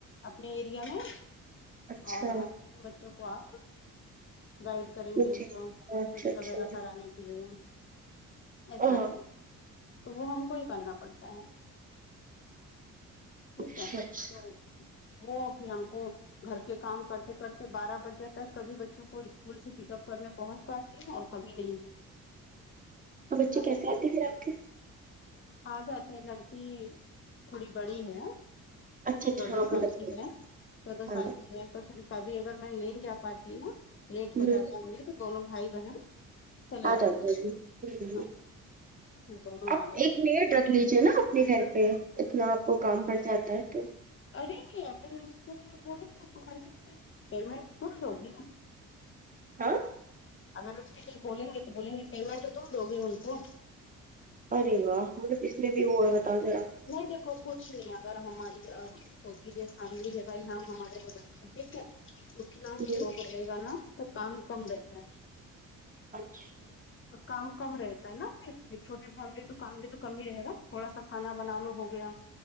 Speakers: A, on the left; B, on the right.
A: اپنے ایریا میں
B: اچھا
A: اور بچوں کو آپ گائیڈ کریںنگے
B: جی
A: کو
B: اچھا
A: اسٹڈی
B: اچھا
A: وغیرہ کرانے کے لیے ایسا
B: اوہ،
A: ہے تو وہ ہم کو ہی کرنا پڑتا ہے ٹھیک
B: اچھا
A: ہے
B: اچھا
A: تو وہ پھر ہم کو گھر کے کام کرتے کرتے بارہ بجے تک کبھی بچوں کو اسکول سے پک اپ کرنے پہنچ پاتی ہوں اور کبھی نہیں
B: تو
A: ایسا
B: بچے کیسے
A: ایس
B: آتے پھر آپ کے
A: آ جاتے ہیں لڑکی تھوڑی بڑی ہے
B: اچھا اچھا
A: چودہ
B: ہاں آپ
A: سال
B: نے بتایا
A: کی ہے چودہ
B: ہاں
A: سال کی ہے تو پھر کبھی اگر میں نہیں جا پاتی ہوں لیٹ
B: ہوں
A: ہو جاتا مجھے تو دونوں بھائی بہن چلے
B: آ
A: آتے
B: جاتے ہیں پھر ہوں
A: ہاں پھر دونوں
B: آپ
A: آ جاتے
B: ایک میڈ رکھ لیجیے نا اپنے گھر پہ اتنا آپ کو کام پڑ جاتا ہے تو
A: ارے اپن نے اس کو بول بولا نہ پیمنٹ تم دوگی نا
B: ہاں
A: اگر اس کے کچھ بولیں گے تو بولیں گے پیمنٹ تو تم دو گے نہ ان کو
B: ارے واہ مطلب اس میں بھی وہ ہے بتاؤ ذرا
A: نہیں دیکھو کچھ نہیں اگر ہماری آ اسکی جو فیملی لگای ہے ہمارے دو بچےٹھیک ہے لوگ
B: ہوں
A: ہی روک رہے گا نا تو کام کم رہتا ہے
B: اچھا
A: کام کم رہتا ہے نا پھر یہ چھوٹی فیملی ہے تو کام بھی تو کم ہی رہے گا تھوڑا سا کھانا بنا لو ہو گیا